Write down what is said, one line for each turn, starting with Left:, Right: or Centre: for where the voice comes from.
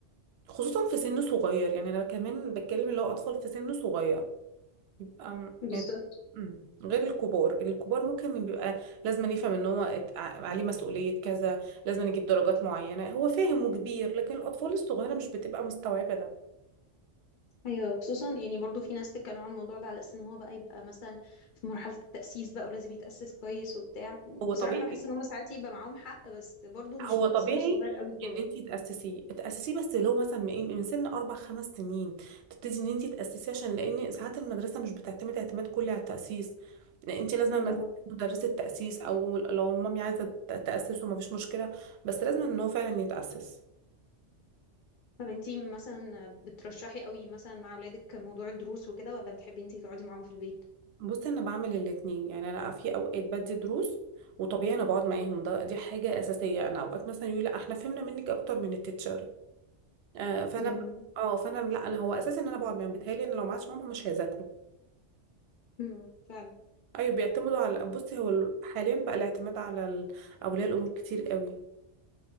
Right: خصوصا في سن صغير يعني انا كمان بتكلم اللي هو اطفال في سن صغير يبقى م-
Left: بالظبط
Right: يعني مم. غير الكبار الكبار ممكن بيبقى لازم يفهم ان هو ات- ع- عليه مسؤولية كذا لازم يجيب درجات معينة هو فاهم وكبير لكن الأطفال الصغيرة مش بتبقى مستوعبة ده
Left: ايوه خصوصا يعني برضو في ناس تتكلم عن الموضوع ده على اساس ان هو بقى يبقى مثلا في مرحله التاسيس بقى ولازم يتاسس كويس وبتاع بصراحه
Right: هو طبيعي
Left: انا بحس ان هم ساعات يبقى معاهم حق بس برضو مش
Right: هو
Left: من
Right: طبيعي
Left: سن صغير قوي كده
Right: ان انت تأسسيه تأسسيه بس لو مثلا من إيه؟ من سن اربع خمس سنين تبتدي ان انت تأسسيه عشان لان ساعات المدرسة مش بتعتمد اعتماد كلي على التأسيس لأن انت لازم
Left: بالظبط
Right: مثلاً مدرسة تأسيس او لو المامي عايزة ت- تأسسه مفيش مشكلة بس لازم ان هو فعلا يتأسس
Left: طب انتي مثلا بترشحي قوي مثلا مع اولادك موضوع الدروس وكده ولا بتحبي انتي تقعدي معاهم في البيت
Right: بص انا بعمل الاتنين يعني انا في اوقات بدي دروس وطبيعي انا بقعد معاهم ده دي حاجه اساسيه انا اوقات مثلا يقولي لا احنا فهمنا منك اكتر من التيتشر آه فانا
Left: جميل
Right: ب... اه فانا لا انا هو اساسي ان انا بقعد معاهم بيتهيألي ان لو معاش ماما مش هيذاكروا
Left: امم فعلا
Right: ايوه بيعتمدوا على بصي هو ال- حاليا بقى الاعتماد على ال- اولياء الامور كتير قوي